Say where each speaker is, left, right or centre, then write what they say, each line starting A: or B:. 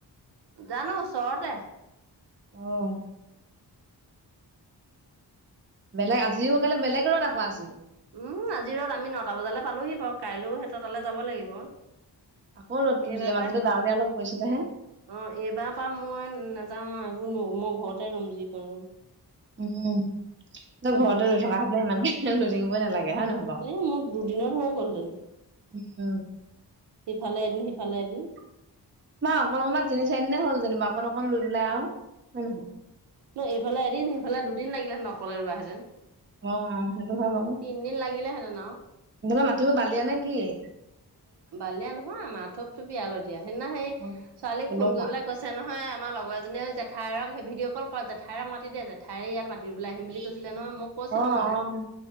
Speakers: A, on the right; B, on the right.
A: জানোঁ, ওচৰতে।
B: অ'! বেলেগ, আজিও কেলেই বেলেগৰত আকৌ, আজি।
A: উম, আজিৰো আমি, নটা বজালে পালোহি বাৰু। কাইলৈও হে তই তালৈ যাব লাগিব?
B: আকৌ ৰ'দটো
A: এইবাৰ
B: দিলে মাজতে
A: পৰা
B: ডাৱৰীয়া অলপ পৰিছিলে হে
A: অ'! এইবাৰ পা মই নাযাওঁ আৰু। এইবোৰ মই, ঘৰতে ৰোম, যিকন ৰোম।
B: উম!
A: <inaudible>
B: তই ঘৰতে
A: এনেকুৱা
B: ৰোই থকা হেঁতেন, ইমানখিনি ৰৈ থাকিবই নালাগে, হয় নহয় বাৰু?
A: এ মোৰ দুদিনত হৈ গ'লহেতেন
B: উম!
A: সিফালে এদিন, সিফালে এদিন।
B: <unintelligible> অকণমান, তিনি চাৰিদিনে হ'ল যেনিবা। অকণ, অকণ লৈ পেলাই আৰু। উম!
A: তোৰ এইফালে এদিন, সিফালে দুদিন লাগিলহেঁতেন, অকলে ৰোৱা হেঁতেন।
B: অ' অ'! হয় বাৰু
A: তিনদিন লাগিলেহেঁতেন আৰু।
B: তহঁতৰ মাতিবোৰ বালিয়া নে নেকি?
A: বালিয়া নহয় অমাৰ, থূপ-থূপীয়া আলতীয়া। সেইদিনা সেই,
B: অ,
A: ছোৱালীক
B: পলসুৱা
A: ফোন কৰি পিলে কৈছে নহয়, আমাৰ লগৰ এজনীয়ে, জেঠাইৰক ভিডিঅ' ক'ল কৰা, জেঠাইক মাতি দে। জেঠাইৰে ইয়াত মাত ফুৰিবলৈ আহিম বুলি কৈছিলে নহয় মোক। কৈছিলোঁ
B: অ', অ'।
A: মানে।